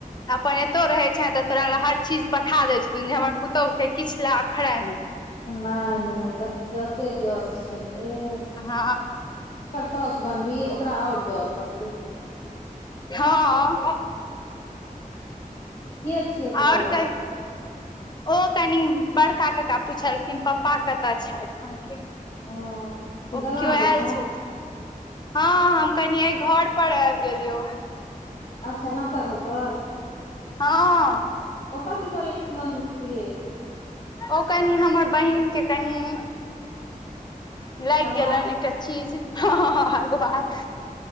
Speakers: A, on the left (about 30°); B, on the left (about 60°).
A: अपन एतौ रहैत छै तैं तोरा लै हर चीज पठा दै छथुन जे हमर पुतहु के किछु लए अखरे नहि।
B: नहि नहि देख जसे जस छै एह।
A: हँ।
B: ओकर सौस बनबी ओकरा आओर जैस रहते।
A: हँ।
B: के छियै से
A: और
B: हल्ला
A: कहि ओ कनि बड़का कक्का पुछलखिन पप्पा कतऽ छैथ अहाँके
B: ओ तू
A: ओ
B: दलान
A: केओ आयल
B: पर छें
A: छथिन हँ हम कनि एहि घर पर आबि गेलियौ।
B: अच्छा नवका घर पर।
A: हँ।
B: ओता की करै जंगलमेे गेलही गे।
A: ओ कनि हमर बहिन के कनि लागि
B: भगवा
A: गेलनि एकटा चीज ह बाद।